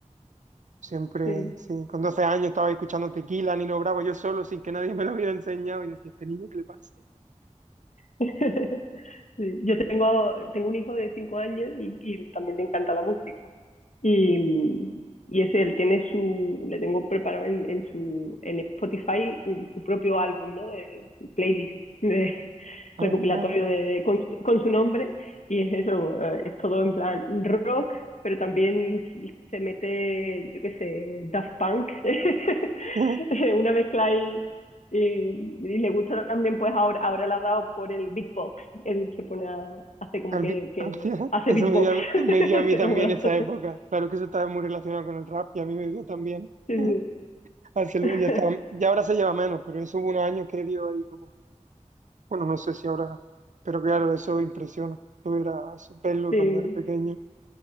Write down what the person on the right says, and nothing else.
siempre,
sí. Con 12 años estaba escuchando Tequila, Nino Bravo, yo solo, sin que nadie me lo hubiera enseñado y decía, ¿este niño qué le pasa?
Ah,
mola.
<laughs>
Al
vi-
hostia, <laughs>
eso
me dio, a mí
me dio a mí
también
esa época. Claro que eso estaba muy relacionado con el rap y a mí me dio también.
<laughs>
Así lo-
ya estaba, ya ahora se lleva menos, pero eso hubo unos años que dio ahí como, bueno, no sé si ahora, pero claro, eso impresiona. Yo era eso, verlo
cuando era pequeño,